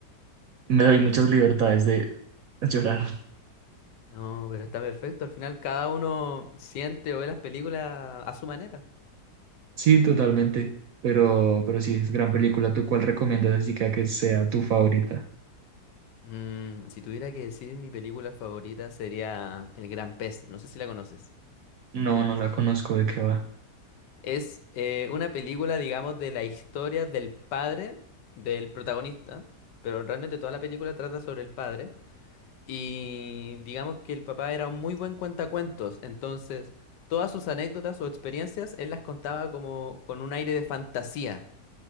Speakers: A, on the right; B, on the left.
A: me doy muchas libertades de llorar.
B: No, pero está perfecto. Al final cada uno siente o ve las películas a su manera.
A: Sí, totalmente, pero, pero sí, es gran película. ¿Tú cuál recomiendas así que que sea tu favorita?
B: Mm, si tuviera que decir mi película favorita sería El Gran Pez, no sé si la conoces.
A: No, no la conozco, ¿de qué va?
B: Es eh, una película, digamos, de la historia del padre del protagonista, pero realmente toda la película trata sobre el padre. Y digamos que el papá era un muy buen cuentacuentos, entonces todas sus anécdotas o experiencias él las contaba como con un aire de fantasía.